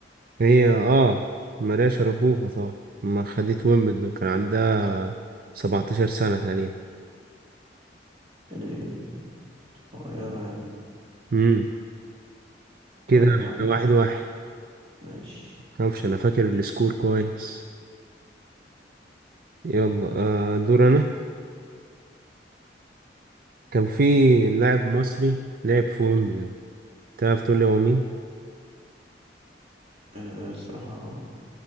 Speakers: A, on the right; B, on the right.
A: هي اه ماريا شربوفا طبعا ما خدت ويمبلدون كان عندها 17 سنة تقريبا
B: يعني صغيرة يعني
A: امم
B: طيب
A: كده
B: يا
A: احنا
B: عم
A: واحد واحد
B: ماشي
A: معرفش انا فاكر السكور كويس يلا آه دور انا كان في لاعب مصري لعب في ويمبلدون تعرف تقول لي هو مين
B: أه الصراحة